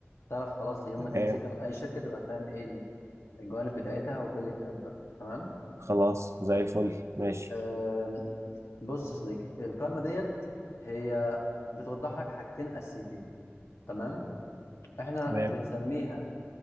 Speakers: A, on the left; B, on the right.
A: تعرف خلاص يوم
B: تمام
A: ما تمسكها من أي شركة تبقى فاهم إيه ال- الجوانب بتاعتها وكل الكلام ده تمام
B: خلاص زي الفل ماشي
A: أم، بص يا صديقي القائمة ديت هي بتوضح لك حاجتين أساسيتين تمام إحنا
B: تمام
A: بنسميها